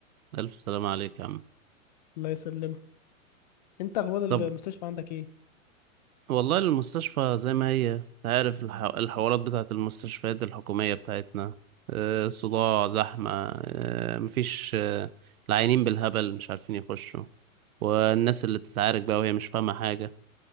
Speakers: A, on the right; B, on the left.
A: ألف سلامة عليك يا عم
B: الله يسلمك انت اخبار المستشفى
A: طب
B: عندك ايه
A: والله المستشفى زي ما هي انت عارف الح- الحوارات بتاعت المستشفيات الحكومية بتاعتنا آه، صداع زحمة آه، مفيش آه، العيانين بالهبل مش عارفين يخشوا والناس اللي بتتعارك بقى وهي مش فاهمة حاجة